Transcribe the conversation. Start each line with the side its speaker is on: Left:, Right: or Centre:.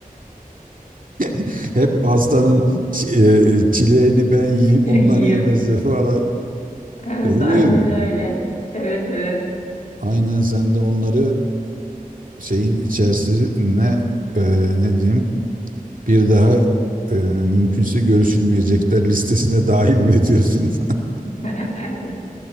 Right: <laughs> Hep pastanın çi- e, çileğini ben yiyeyim
Left: <laughs> İyiyim.
Right: onlar yemesin <laughs> falan.
Left: Evet
Right: Öyle
Left: aynen
Right: değil mi?
Left: öyle. Evet evet.
Right: Aynen sen de onları şeyin içerisine e, ne diyeyim bir daha e, mümkünse görüşülmeyecekler listesine dahil mi ediyorsun? <laughs>
Left: <laughs>